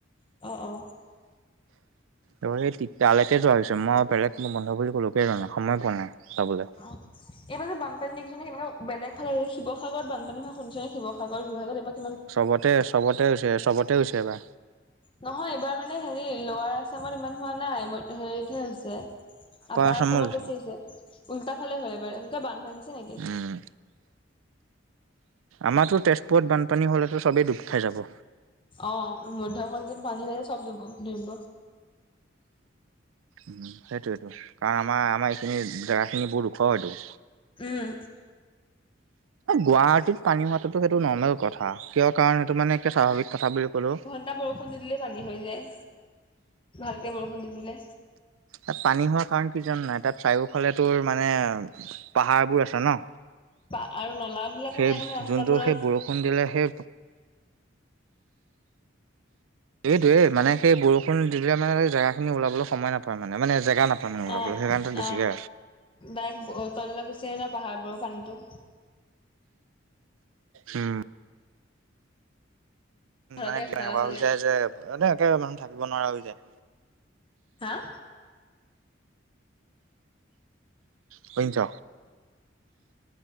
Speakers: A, on the left; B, on the right.
A: অ, অ,
B: অ, এই তালৈকে যোৱা হৈছে মই আৰু বেলেগ গৰম বন্ধ বুলি ক'লোকে যোৱা নাই সময় পোৱা নাই যাবলৈ।
A: অ, এইবাৰ যে বানপানী দেখিছ নে কেনেকা বেলেগ ফালে শিৱসাগৰত বানপানী হয় শুনিছে নে শিৱ <inaudible> যোৰহাটত এইবোৰ
B: চবতে-চবতে উছে চবতে ইউচ কৰিবা।
A: নহয় এইবাৰ মানে হেৰি লৰা আছামত ইমান হোৱা নাই, হেৰিতহে হৈছে আপাৰ
B: আছামত
A: আসামত
B: হৈছে।
A: বেছি হৈছে। উল্টা ফালে হ'ল এইবাৰ বান্ধ ভাঙিছে নেকি?
B: উম, আমাৰতো তেজপুৰত বানপানী হ'লেতো চবেই ডুব খাই যাব।
A: অ, মধ্যঅসম যাবলে হ'লে চব দুবিব
B: উ, সেইটোৱেটো কাৰণ আমাৰ আমাৰ এইখিনি জেগাখিনি বহু উখ হয়তটো।
A: উম,
B: গুৱাহাটীত পানী হোৱাাততো সেইটো নৰ্মেল। কথা কিয় কাৰণ সেইটো মানে এক স্বাভাৱিক কথা বুলি কলোঁ।
A: তাত বৰষুণ দি দিলেই পানী হৈ যায়, ভালকে বৰষুণ দি দিলে।
B: তাত পানী হোৱাৰ কাৰণ কি জানা নাই, তাত চাৰিওফালে তোৰ মানে পাহাৰবোৰ আছে ন
A: আৰু নলা বিলাকো
B: সেই
A: নাই নহয় ৰাস্তাবোৰত।
B: যোনটো <inaudible> দিলে সেই এইটোৱে মানে সেই বৰষুণ দিলে মানে জেগাখিনি ওলাবলৈ সময় নাপাই মানে-মানে জেগা নাপায়। মানে ওলাবলৈ
A: অ,
B: সেইকাৰণে তাত বেছিকে
A: অ, ডাইৰেক তললৈ গুচি আহে ন পাহাৰবোৰৰ পানীটো
B: <inaudible> উম,
A: ঘৰতে
B: মানে
A: আছো
B: এনেকুৱা
A: তালে চালে
B: হৈ যায় যে, এনে একে মানুহ থাকিব নোৱাৰা হৈ যায়।
A: আহ,
B: শুনিছ?